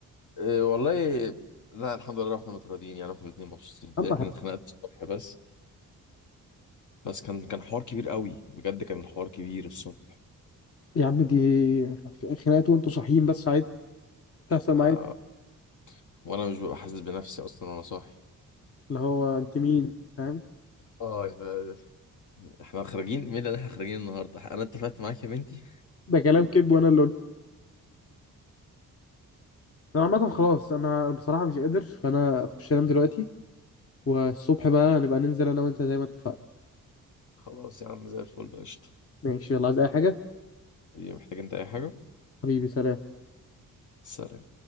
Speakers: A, on the left; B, on the left.
A: إيه والله لا الحمد لله احنا متراضيين يعني احنا الاثنين مبسوطين
B: اما
A: هي كانت
B: حاجة.
A: خناقه الصبح بس بس كان كان حوار كبير قوي بجد كان الحوار كبير الصبح
B: يا عم دي خناقات وانتوا صاحيين بس عادي تحصل
A: آه
B: معايا
A: وانا مش ببقى حاسس بنفسي اصلا وانا صاحي
B: اللي هو انت مين فاهم
A: اه يبقى احنا خارجين مين اللي احنا خارجين النهارده انا اتفقت معاك يا بنتي
B: ده كلام كذب وانا اللي قلت انا عامه خلاص انا بصراحه مش قادر فانا اخش انام دلوقتي والصبح بقى نبقى ننزل انا وانت زي ما اتفقنا
A: خلاص يا عم زي الفل قشطه
B: ماشي يلا عايز اي حاجه
A: حبيبي محتاج انت اي حاجه
B: حبيبي سلام
A: سلام